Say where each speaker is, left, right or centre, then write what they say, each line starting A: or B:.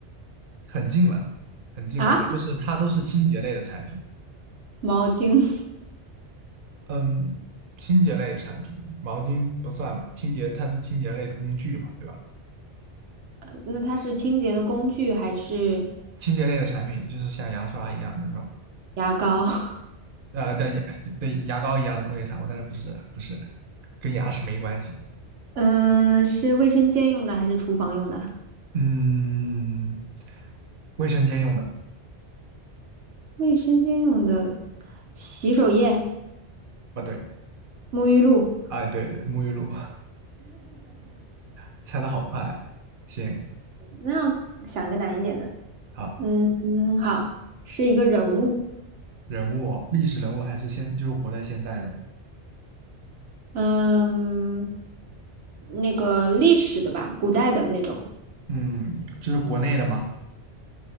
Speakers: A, on the right; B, on the right.
A: 很近了，很近了，
B: 啊，
A: 就是它都是清洁类的产品，
B: 毛巾，
A: 嗯，清洁类的产品，毛巾不算吧，清洁它是清洁类的工具嘛，对吧？
B: <laughs> 那它是清洁的工具还是
A: 清洁类的产品就是像牙刷一样的那种，
B: 牙膏？<laughs>
A: 呃，对牙对牙膏一样的工业产物，但是不是不是，跟牙齿没关系，
B: 嗯，是卫生间用的还是厨房用的？
A: 嗯，卫生间用的，
B: 卫生间用的洗手液、
A: 不对，
B: 沐浴露，
A: 哎对对，沐浴露，<laughs> 猜的好快啊，行。
B: 那要想个难一点的。
A: 好，
B: 嗯嗯，好，是一个人物。
A: 人物哦历史人物还是现，就是活在现在的。
B: 嗯，那个历史的吧，古代的那种。
A: 嗯，这是国内的吗？